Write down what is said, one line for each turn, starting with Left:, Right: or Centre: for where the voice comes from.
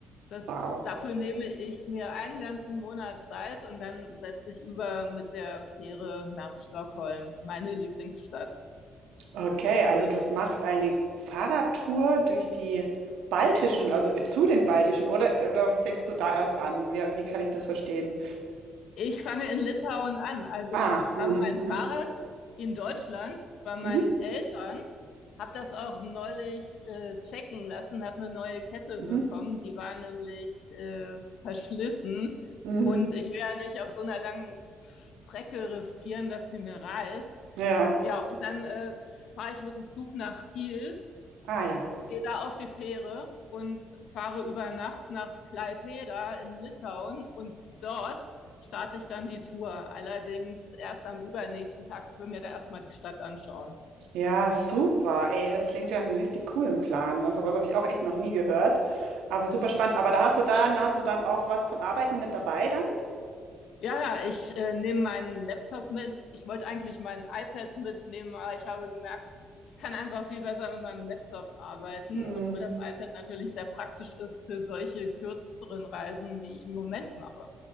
Left: Das,
Right: Wow.
Left: dafür nehme ich mir einen ganzen Monat Zeit und dann setze ich über mit der Fähre nach Stockholm, meine Lieblingsstadt.
Right: Okay, also du machst eine Fahrradtour durch die baltischen, also äh, zu den baltischen, oder, äh, oder fängst du da erst an? Wie, wie kann ich das verstehen?
Left: Ich fange in Litauen an. Also
Right: Ah,
Left: ich
Right: mhm,
Left: habe mein
Right: mhm,
Left: Fahrrad in Deutschland bei meinen
Right: mhm,
Left: Eltern, habe das auch neulich äh, checken lassen, habe eine neue Kette
Right: mhm,
Left: bekommen, die war nämlich äh, verschlissen
Right: mhm,
Left: und
Right: mhm.
Left: ich will ja nicht auf so einer langen Strecke riskieren, dass die mir reißt.
Right: ja,
Left: Ja, und dann äh, fahre ich mit dem Zug nach Kiel
Right: ah ja.
Left: gehe da auf die Fähre und fahre über Nacht nach Klaipeda in Litauen und dort starte ich dann die Tour. Allerdings erst am übernächsten Tag. Ich will mir da erstmal die Stadt anschauen.
Right: Ja, super, ey, das klingt ja nach einem richtig coolen Plan. Also was habe ich auch echt noch nie gehört, aber super spannend. Aber da hast du dann, hast du dann auch was zum Arbeiten mit dabei dann?
Left: Ja, ja, ich äh, nehme meinen Laptop mit. Ich wollte eigentlich mein iPad mitnehmen, aber ich habe gemerkt, ich kann einfach viel besser mit meinem Laptop arbeiten,
Right: Hm.
Left: obwohl das iPad natürlich sehr praktisch ist für solche kürzeren Reisen, wie ich im Moment mache.